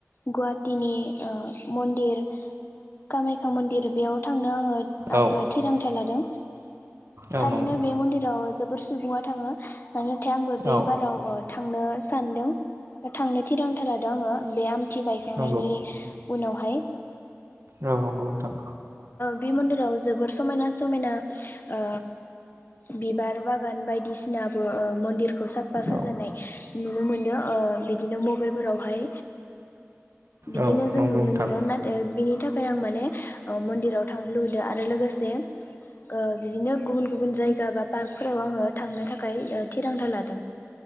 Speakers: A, on the left; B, on the right.
A: गुवाहाटिनि ओ मन्दिर कामाख्या मन्दिर बेयाव थांनो आङो <unintelligible>
B: औ
A: थिरांथा लादों
B: औ
A: थारैनो।
B: नंगौ
A: बे मन्दिराव जोबोर सुबुङा थाङो नाथाय आंबो बे
B: औ
A: बाराव ओ थांनो सानदों, थांनो थिरांथा लादों आङो बे आम थि बायखांनायनि
B: नंगौ
A: उनावहाय
B: औ नंगौ नोंथां।
A: बि मन्दिर राव जोबोर समायना समायना ओ बिबार बागान बायदिसिनाबो ओ मन्दिर खौ साफा साजानाय
B: औ
A: नुनो मोनदों ओ बिदिनो मबाइल फोरावहाय बिदिनो
B: औ
A: जों
B: नंगौ
A: नुनो
B: नोंथां
A: मोनो नाथाय बि थाखाय आं माने ओ मन्दिराव थांनो लु दो आरो लोगोसे ओ बिदिनो गुबुन-गुबुन जायगा बा पार्कफोराव आङो थांनो थाखाय ओ थिरांथा लादों।